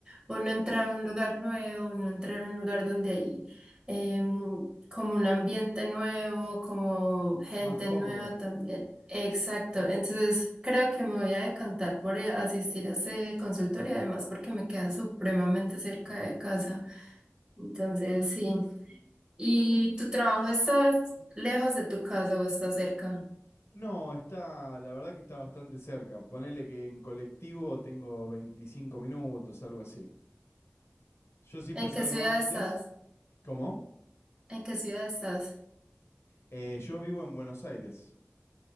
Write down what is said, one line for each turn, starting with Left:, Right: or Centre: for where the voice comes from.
Right: uno entrar a un lugar nuevo, uno entrar a un lugar donde hay em, como un ambiente nuevo, como gente
Left: Más cómodo.
Right: nueva también. Exacto, entonces creo que me voy a decantar por eh, asistir a ese consultorio, además porque me queda supremamente cerca de casa. Entonces, sí. ¿Y tu trabajo está lejos de tu casa o está cerca?
Left: No, está, la verdad que está bastante cerca. Ponele que en colectivo tengo 25 minutos, algo así. Yo siempre
Right: ¿En
Left: salgo
Right: qué ciudad
Left: antes.
Right: estás?
Left: ¿Cómo?
Right: ¿En qué ciudad estás?
Left: Eh, yo vivo en Buenos Aires,